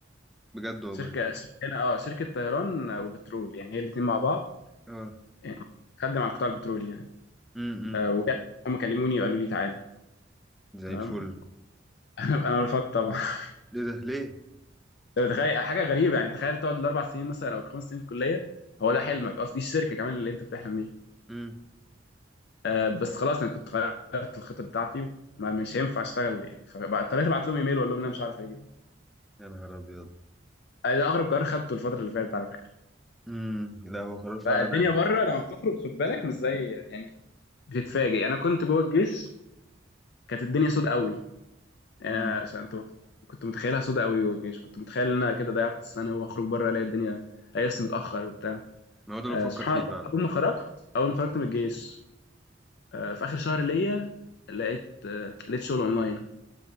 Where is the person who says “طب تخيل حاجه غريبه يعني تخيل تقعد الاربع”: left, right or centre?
Left